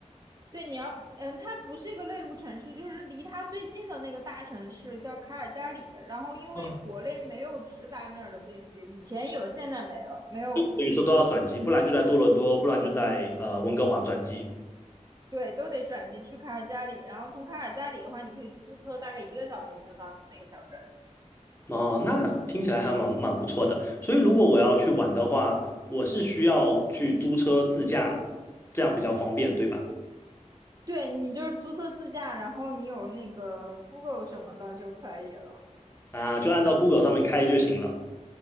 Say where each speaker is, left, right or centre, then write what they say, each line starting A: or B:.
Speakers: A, on the right; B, on the left.
A: 对，你要，嗯，它不是一个内陆城市，就是离它最近的那个大城市叫卡尔加里。然后因为国内没有直达那儿的飞机，
B: 嗯，
A: 以前有，现在没了，没有，
B: 等于说都要转机，不然就在多伦多，不然就在呃温哥华转机。
A: 对，都得转机去卡尔加里。然后从卡尔加里的话，你可以租车，大概一个小时就到那个小镇。
B: 哦，那听起来还蛮蛮不错的。所以如果我要去玩的话，我是需要去租车自驾，这样比较方便，对吧？
A: 对，你就是租车自驾，然后你有那个 Google 什么的就可以了。
B: 啊，就按照 Google 上面开就行了。